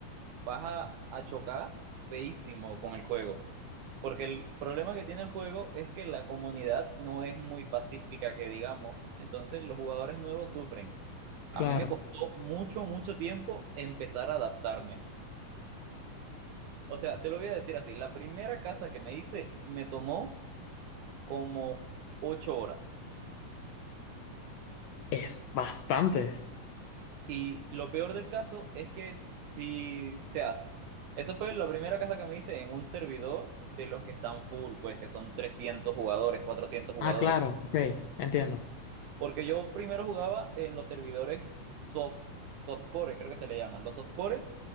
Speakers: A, on the right; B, on the left.
A: vas a, a chocar feísimo con el juego. Porque el problema que tiene el juego es que la comunidad no es muy pacífica, que digamos. Entonces los jugadores nuevos sufren. A
B: Claro,
A: mí me costó mucho, mucho tiempo empezar a adaptarme. O sea, te lo voy a decir así, la primera casa que me hice me tomó como ocho horas.
B: es bastante.
A: Y lo peor del caso es que si, o sea, eso fue la primera casa que me hice en un servidor de los que están full, pues que son 300 jugadores, 400 jugadores.
B: Ah, claro, ok, entiendo.
A: Porque yo primero jugaba en los servidores soft, softcore, creo que se le llaman. Los softcore